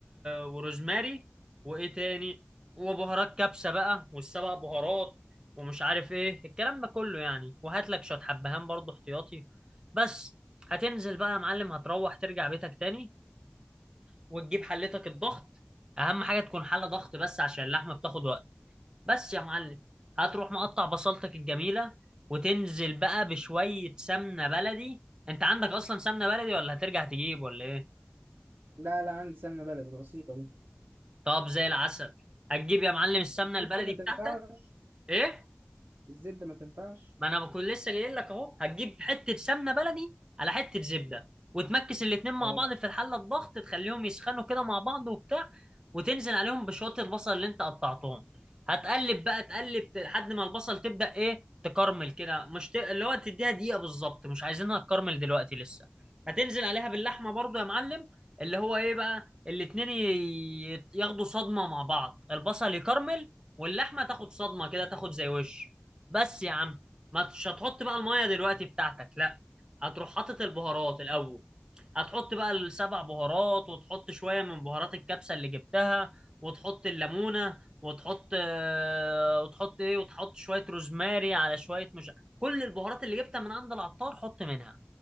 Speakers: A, on the right (about 20°); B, on the right (about 70°).
A: وروزماري وإيه تاني وبهارات كبسة بقى والسبع بهارات ومش عارف إيه الكلام ده كله يعني وهات لك شوية حبهان برضه احتياطي بس هتنزل بقى يا معلم هتروح ترجع بيتك تاني وتجيب حلتك الضغط أهم حاجة تكون حلة ضغط بس عشان اللحمة بتاخد وقت بس يا معلم هتروح مقطع بصلتك الجميلة وتنزل بقى بشوية سمنة بلدي انت عندك اصلا سمنة بلدي ولا هترجع تجيب ولا ايه
B: لا لا عندي سمنة بلدي بسيطة دي
A: طب زي العسل هتجيب يا معلم السمنة
B: الزبدة
A: البلدي
B: ما تنفعش
A: بتاعتك ايه
B: الزبدة ما تنفعش
A: ما انا بكون لسه جاي لك اهو هتجيب حته سمنه بلدي على حته زبده وتمكس الاتنين مع
B: أي
A: بعض في الحله الضغط تخليهم يسخنوا كده مع بعض وبتاع وتنزل عليهم بشويه البصل اللي انت قطعتهم هتقلب بقى تقلب ت- لحد ما البصل تبدا ايه تكرمل كده مش ت... اللي هو تديها دقيقه بالظبط مش عايزينها تكرمل دلوقتي لسه هتنزل عليها باللحمه برضو يا معلم اللي هو ايه بقى الاتنين ي- ياخدوا صدمه مع بعض البصل يكرمل واللحمه تاخد صدمه كده تاخد زي وش بس يا عم ما تش هتحط بقى المية دلوقتي بتاعتك لا هتروح حاطط البهارات الأول هتحط بقى السبع بهارات وتحط شوية من بهارات الكبسة اللي جبتها وتحط الليمونة وتحط آه، وتحط ايه وتحط شوية روزماري على شوية مش كل البهارات اللي جبتها من عند العطار حط منها